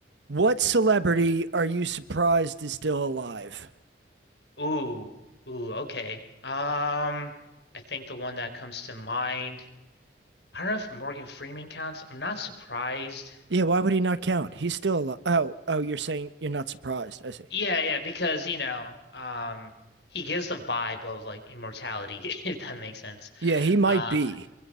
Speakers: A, on the right; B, on the left.
A: What celebrity are you surprised is still alive?
B: Ooh, ooh, okay. Um, I think the one that comes to mind, I don't know if Morgan Freeman counts. I'm not surprised.
A: Yeah, why would he not count? He's still alive. Oh, oh, you're saying you're not surprised. I see.
B: Yeah, yeah, because you know, um, he gives the vibe of like immortality, <laughs> if that makes sense.
A: Yeah, he might
B: Uh,
A: be.